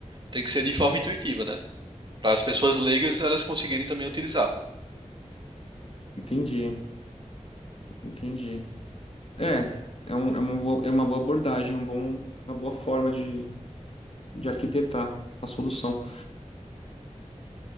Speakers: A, on the right; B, on the left.
A: Tem que ser de forma intuitiva, né? Para as pessoas leigas elas conseguirem também utilizar.
B: Entendi, entendi. É, é, um- é uma boa, é uma boa abordagem, um bom, uma boa forma de, de arquitetar a solução.